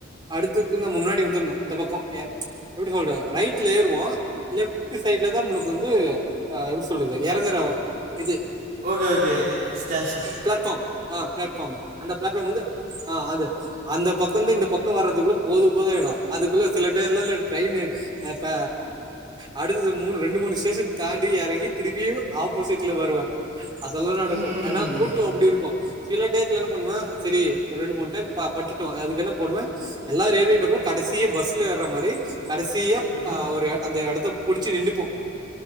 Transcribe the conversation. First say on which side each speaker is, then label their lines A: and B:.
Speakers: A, on the right (about 25°); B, on the right (about 45°).
A: அடுத்துக் கொஞ்ச முன்னாடி வந்துர்ணு இந்த பக்க ஏ எப்டி சொல்ற ரைட்ல ஏறுவோ லெஃப்ட் டு சைட்ல தா உங்களுக்கு வந்து ஆ எப்டி சொல்றது எறங்குற வ இது
B: ஓகே, ஓகே. ஸ்டேஷன்.
A: பிளாட்ஃபார்ம் ஆ பிளாட்ஃபார்ம் அந்த பிளாட்ஃபார்ம் வந்து ஆ அது அந்த பக்கந்து இந்த பக்க வர்றதுக்குள்ள போது ‌போது ஆயிடு அதுக்குள்ள சில பேர்லலா ட்ரெயினு ஆ இப்ப அடுத்தது மூணு ரெண்டு மூணு ஸ்டேஷன் தாண்டி எறங்கி திருப்பியும் ஆப் போசிட்ல வருவ அதெல்லா நடக்கு
B: ம்.
A: ஏன்னா கூட்டோ அப்டி இருக்கு சில டயத்துல என்ன பண்ணுவே சரி ஒரு ரெண்டு மூணு டைம் ப பட்டுட்டோ அதுக்கு என்ன போண்ணுவேன் எல்லா ரெயில்வேட்டுக்கு கடைசிய பஸ்ல ஏற மாரி கடைசியா ஆ
B: ம். ம்.
A: ஒரு அந்த எடத்த புடிச்சு நின்டுப்போ